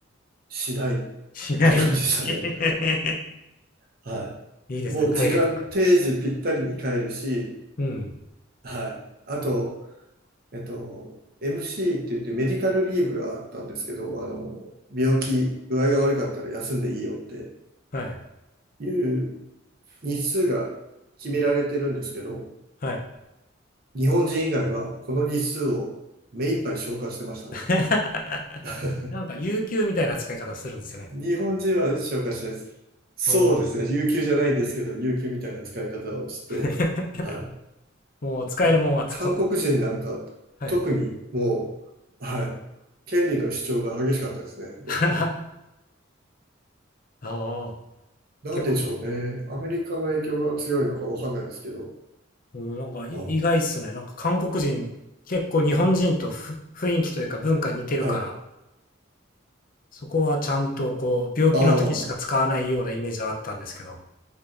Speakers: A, on the right; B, on the left.
A: しないっ
B: し <laughs> ない。
A: て感じでしたね。
B: <laughs>
A: は
B: いいですね。
A: い。もう時間定時ぴったりに帰るし、
B: 海外っぽく。うん。
A: はい。あと、えっと、MC って言ってメディカルリーブがあったんですけど、あの、病気、具合が悪かったら休んでいいよって
B: はい。
A: いう日数が決められてるんですけど、
B: はい。
A: 日本人以外はこの日数を目いっぱい消化してましたね。
B: <laughs>
A: <laughs>
B: なんか、有給みたいな使い方するんですね。
A: 日本人は消化しないです。そうですね。
B: おお。
A: 有給じゃないんですけど、有給みたいな使い方をして、
B: <laughs>
A: はい。
B: もう使えるもんは使っ、
A: もう韓国人なんか特にもう、
B: はい。
A: はい。権利の主張が激しかったですね、やっぱり。
B: <laughs> ああ、
A: なんでしょうね。
B: 結構ね、
A: アメリカの影響が強いのかわかんないですけど。
B: うん、なんかい意外っすね。
A: はい。
B: なんか韓国人、結構日本人とふ雰囲気というか文化似てるから、
A: はい。
B: そこはちゃんとこう、病気の時しか使わないようなイメージはあったんですけど、
A: ああ、